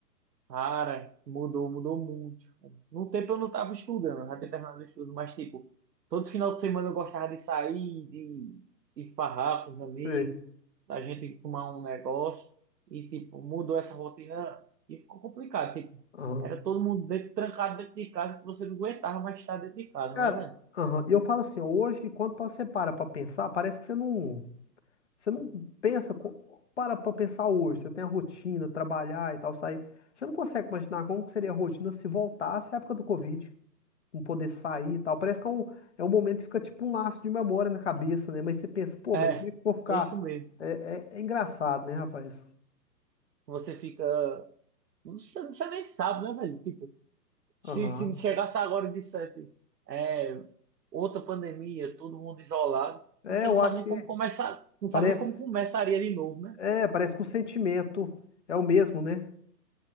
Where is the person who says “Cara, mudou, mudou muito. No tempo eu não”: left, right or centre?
Right